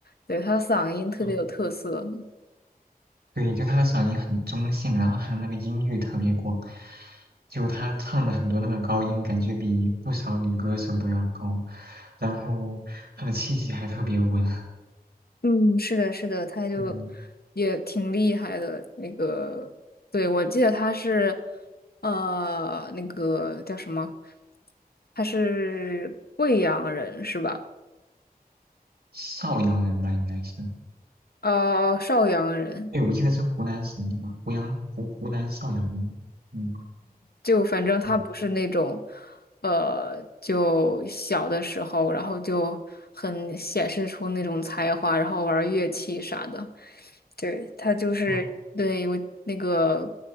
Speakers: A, on the left; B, on the right.
A: 对，他嗓音特别有特色，
B: 嗯对，就他的嗓音很中性，然后他的那个音域特别广，就他唱的很多那个高音，感觉比不少女歌手都要高，然后他的气息还特别稳，
A: 嗯，是的，是的，
B: <laughs>
A: 他就
B: 嗯，
A: 也挺厉害的。那个，对，我记得他是，呃，那个叫什么？他是贵阳人是吧？
B: 邵阳人吧应该是，
A: 哦、邵阳人。
B: 对，我记得是湖南省的吧，湖阳湖湖南邵阳人，嗯
A: 就反正他不是那种，
B: 嗯。
A: 呃，就小的时候，然后就很显示出那种才华，然后玩乐器啥的。对，他就是对我那个
B: 哦